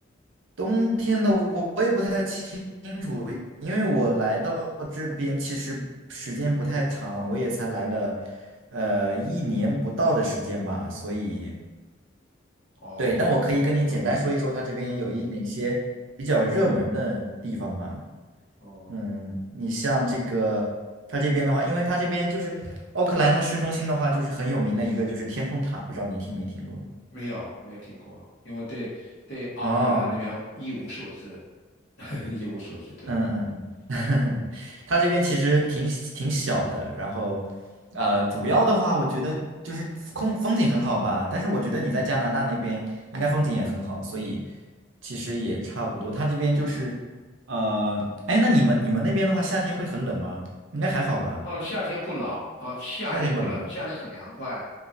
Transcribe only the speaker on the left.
哦，
意想不到。
哦，
没有，没有听过，因为对对奥克兰那边一无所知，
<laughs> 一无所知。对，
嗯。
哦，夏天不冷，哦，夏天不冷，
夏天很凉快，